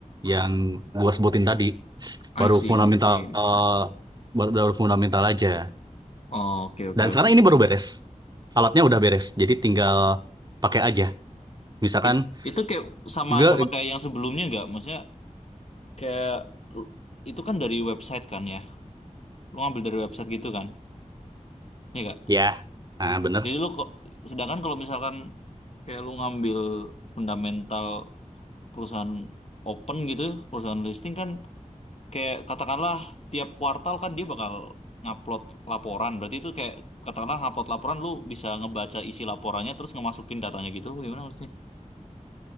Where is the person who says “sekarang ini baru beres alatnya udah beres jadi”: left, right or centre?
Right